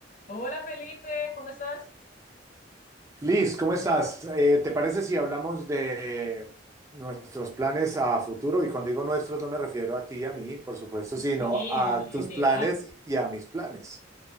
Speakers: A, on the left (about 45°); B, on the right (about 15°).
A: Hola Felipe, ¿cómo estás?
B: Liz, ¿cómo estás? Eh, ¿te parece si hablamos de nuestros planes a futuro? Y cuando digo nuestros no me refiero a ti y a mí, por supuesto, sino
A: Sí,
B: a
A: de manera
B: tus
A: individual.
B: planes y a mis planes.